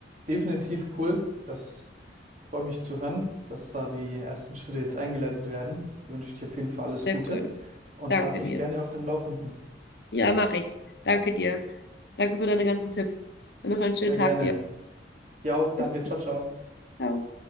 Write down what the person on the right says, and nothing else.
Definitiv cool. Das freut mich zu hören, dass da die ersten Schritte jetzt eingeleitet werden. Da wünsche ich dir auf jeden Fall alles
Gute
und
halt mich
gerne auf dem Laufenden.
Sehr
gerne.
Ja auch, danke.
Ciao, ciao.